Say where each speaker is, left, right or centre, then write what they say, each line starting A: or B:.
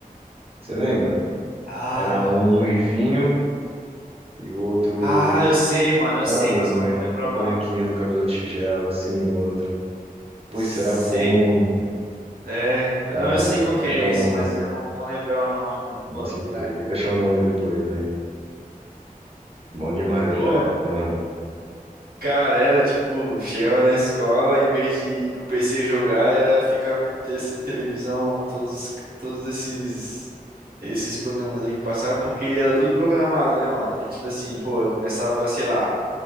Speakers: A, on the right (about 40°); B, on the right (about 85°).
A: Você lembra, mano?
B: Ah,
A: Era um ruivinho e o outro,
B: ah, eu sei, mano, eu
A: sabe,
B: sei, mas
A: um bran-
B: eu não vou lembrar
A: branquinho
B: o nome.
A: do cabelo tigela, assim, o outro. pois
B: Sei,
A: será bom.
B: é,
A: Caramba,
B: não, eu sei
A: vou
B: qual
A: ter
B: que
A: que achar
B: é
A: o
B: esse,
A: nome.
B: mas eu não vou lembrar o nome, mano, não
A: Nossa,
B: vou lembrar.
A: eu vou ter que achar o nome depois, hein? Bom demais
B: Pô,
A: essa época, mano.
B: Cara, era tipo, chegava da escola, em vez de ir pro PC jogar, era ficar vendo te- televisão, todos, os- todos esses esses programas aí que passavam, porque era tudo programado, né, mano? Aí, tipo assim, pô, eu começava, sei lá,